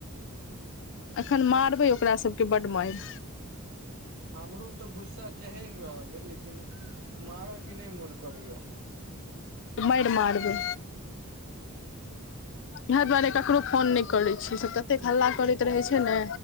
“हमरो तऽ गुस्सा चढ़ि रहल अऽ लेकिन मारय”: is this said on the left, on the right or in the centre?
Right